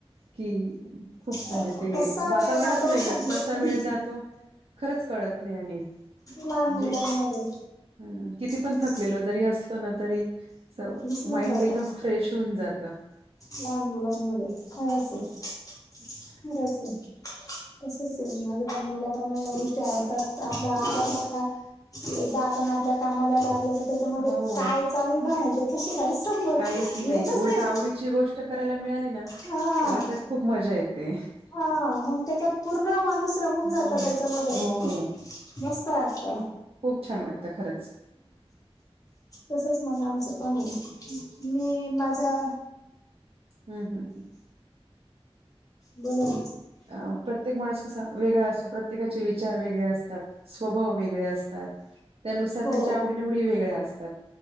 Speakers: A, on the right (about 65°); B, on the left (about 35°).
A: की खूप म्हणजे
B: अरे,
A: ते
B: कसा
A: वातावरणच
B: वेळ जातो
A: वेगळच
B: समजत
A: कस
B: नाही
A: वेळ जातो खरंच कळत नाही आणि म्हणजे
B: लहान मुलांमध्ये
A: हम किती पण
B: हम्म.
A: थकलेलो जरी असलो ना तरी अस
B: विसरून
A: माइंड
B: जातो
A: एकदम फ्रेश होऊन जात.
B: लहान मुलांमध्ये खराच ये.
A: ठीक <inaudible>
B: खरच ये. तसच ये माझ पण मला पण गोष्टी आवडतात आपल्या आवरल का एकदा आपण आपल्या कामाला लागल तर त्याच्यामध्ये
A: हो
B: काय चालूये बाहेरच तसे काहीच संबंधर
A: काहीच
B: येतच
A: उलट
B: नाही.
A: आवडीची गोष्ट करायला मिळाली ना,
B: हा
A: तर त्यात खूप मजा येते.
B: हा मग त्याच्यात पूर्ण माणूस रमून
A: हं,
B: जातात समाधान
A: हो.
B: मस्त वाटत.
A: खूप छान वाटतं खरंच.
B: तसच मग आमचं पण आहे मी माझ्या
A: हमम हम हम.
B: बोला ना.
A: आं. प्रत्येक माणुस कसा वेगळा असतो. प्रत्येकाचे विचार वेगळे असतात. स्वभाव वेगळे असतात. त्यानुसार
B: हो
A: त्यांच्या आवडीनिवडीही वेगळ्या असतात.